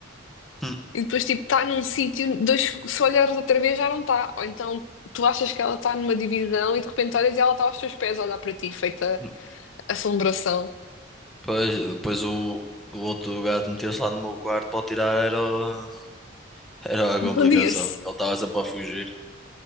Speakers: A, in the centre; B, on the left.
A: Hum,
B: E depois, tipo, está num sítio, dois, se olhares outra vez já não está. Ou então tu achas que ela está numa divisão e de repente olhas e ela está aos teus pés a olhar para ti, feita
A: hum.
B: assombração.
A: Depois, depois o, o outro gato meteu-se lá no meu quarto para o tirar. Era, o- era a complicação.
B: Encandia-se.
A: Ele estava sempre a fugir.